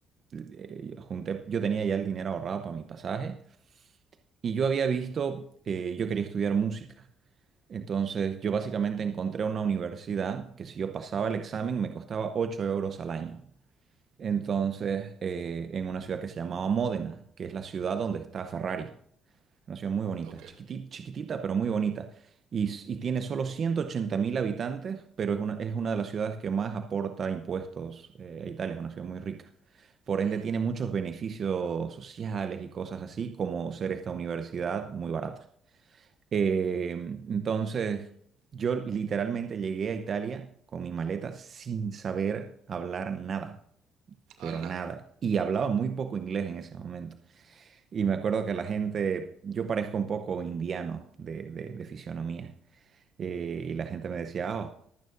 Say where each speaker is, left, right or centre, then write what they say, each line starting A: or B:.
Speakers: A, on the right; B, on the right.
A: eh, junté, yo tenía ya el dinero ahorrado para mi pasaje, y yo había visto, eh, yo quería estudiar música, entonces yo básicamente encontré una universidad que si yo pasaba el examen me costaba 8 euros al año, entonces, eh, en una ciudad que se llamaba Módena, que es la ciudad donde está Ferrari. Una ciudad muy bonita,
B: Ok.
A: chiquiti- chiquitita, pero muy bonita. Y, s- y tiene solo 180 mil habitantes, pero es una, es una de las ciudades que más aporta impuestos eh, a Italia. Es una ciudad muy rica. Por ende,
B: Mm,
A: tiene muchos beneficios sociales y cosas así, como ser esta universidad muy barata. Eh, entonces, yo literalmente llegué a Italia con mi maleta sin saber hablar nada, pero
B: ala.
A: nada. Y hablaba muy poco inglés en ese momento. Y me acuerdo que la gente, yo parezco un poco indiano de, de- de fisionomía, eh, y la gente me decía, oh,